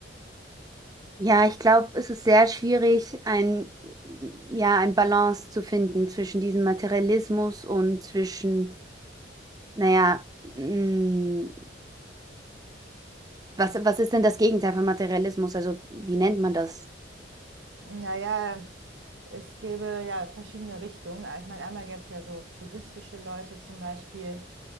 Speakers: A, on the right (about 20°); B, on the right (about 80°).
A: Ja, ich glaube, es ist sehr schwierig, ein, ja, ein Balance zu finden zwischen diesem Materialismus und zwischen, naja, mh, was, was ist denn das Gegenteil von Materialismus? Also, wie nennt man das?
B: Naja, Es gäbe ja verschiedene Richtungen. Ich meine, einmal gäbe es ja so buddhistische Leute zum Beispiel,